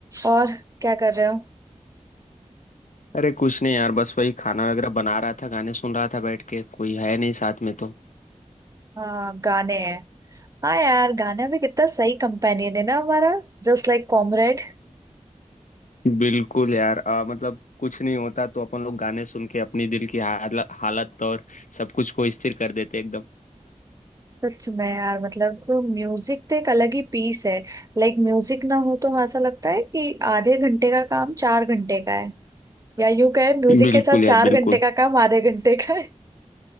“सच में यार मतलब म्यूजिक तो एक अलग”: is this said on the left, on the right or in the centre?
Right